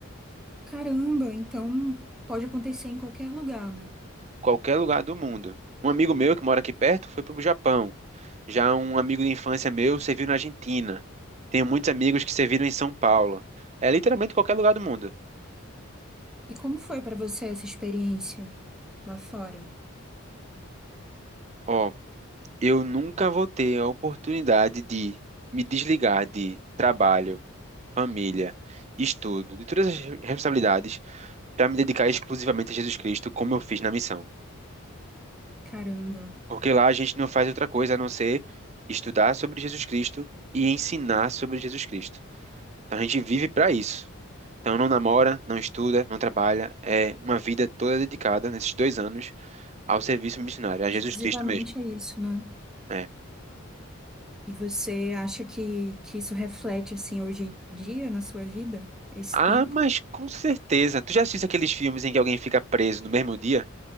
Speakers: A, in the centre; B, on the right.
A: Caramba, então pode acontecer em qualquer lugar, né?
B: qualquer lugar do mundo. Um amigo meu que mora aqui perto foi para o Japão. Já um amigo de infância meu serviu na Argentina. Tenho muitos amigos que serviram em São Paulo. É literalmente qualquer lugar do mundo.
A: E como foi para você essa experiência lá fora?
B: Ó, eu nunca vou ter a oportunidade de me desligar de trabalho, família, estudo, de todas as responsabilidades para me dedicar exclusivamente a Jesus Cristo, como eu fiz na missão.
A: Caramba,
B: Porque lá a gente não faz outra coisa a não ser estudar sobre Jesus Cristo e ensinar sobre Jesus Cristo. Então a gente vive para isso. Então não namora, não estuda, não trabalha. É uma vida toda dedicada nesses dois anos ao serviço missionário, a
A: exclusivamente
B: Jesus Cristo mesmo.
A: é isso, né?
B: É.
A: E você acha que, que isso reflete, assim, hoje em dia na sua vida? Esse
B: Ah,
A: tempo?
B: mas com certeza. Tu já assiste aqueles filmes em que alguém fica preso no mesmo dia,